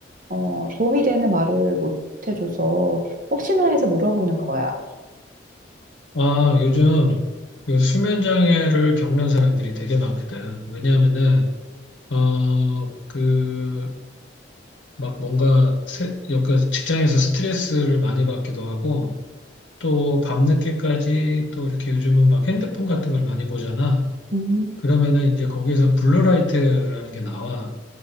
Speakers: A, on the right (about 45°); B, on the left (about 80°).
A: 어, 도움이 되는 말을 못 해줘서 혹시나 해서 물어보는 거야.
B: 아, 요즘 그 수면 장애를 겪는 사람들이 되게 많거든. 왜냐하면은 어, 그 막 뭔가 세, 약간 직장에서 스트레스를 많이 받기도 하고 또 밤늦게까지 또 이렇게 요즘은 막 핸드폰 같은 걸 많이 보잖아.
A: 음.
B: 그러면은 이제 거기에서 블루라이트라는 게 나와.